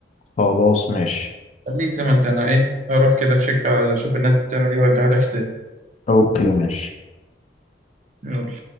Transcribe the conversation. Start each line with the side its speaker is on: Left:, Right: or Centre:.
Left: خلاص ماشي
Right: خليك زي ما انت انا ايه اروح كده تشيك على اشوف الناس دي بتعمل ايه وارجع لك تاني
Left: اوكي ماشي
Right: يلا